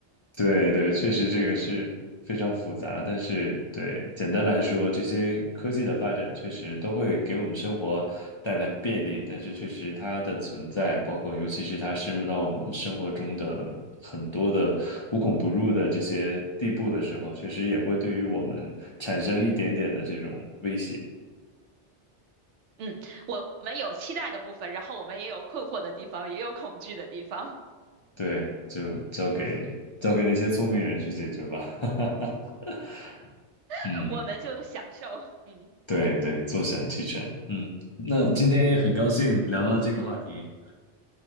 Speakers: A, on the left; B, on the right.
A: 对对，确实这个是非常复杂，
B: <laughs> 嗯
A: 但是对，简单来说，这些科技的发展确实都会给我们生活带来便利，但是确实它的存在，包括尤其是它深入到我们生活中的很多的无孔不入的这些地步的时候，确实也会对于我们产生一点点的这种威胁。
B: 嗯，我们有期待的部分，然后我们也有困惑的地方，也有恐惧的地方，
A: 对，就交给交给那些聪明人去解决吧。<laughs>
B: <laughs>
A: 嗯。
B: 我们就享受。嗯
A: 对对，坐享其成。嗯，那今天也很高兴聊到这个话题。
B: 嗯，